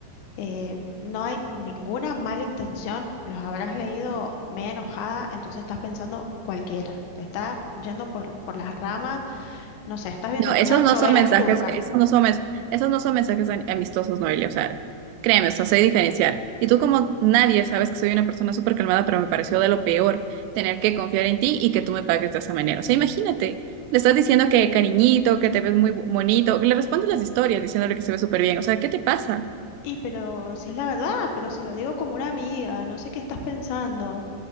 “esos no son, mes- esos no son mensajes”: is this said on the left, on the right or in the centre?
Right